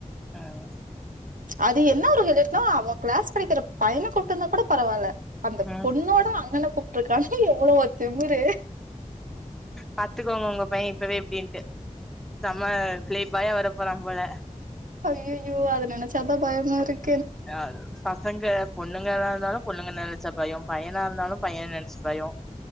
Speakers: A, in the centre; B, on the right (about 80°).
A: ஆஹ்
B: அது என்ன ஒரு <unintelligible> அவன் கிளாஸ் படிக்கிற பையனை கொட்ட இருந்தா கூட பரவாயில்ல அந்த
A: ம்,
B: பொண்ணோட அண்ணனு கூப்பருக்கானா எவ்ளோ திமுரு
A: பாத்துக்கோங்க உங்க பையன் இப்பவே எப்படின்ட்டு செம பேலேபாய்யா வர போறா போல
B: அய்யையோ அத நெனச்சாதா பயமா இருக்
A: யாரு பசங்க பொண்ணுங்களா இருந்தாலு பொண்ணுங்க நெனச்சா பயம் பையனா இருந்தாலு பையென நெனச்சு பயோ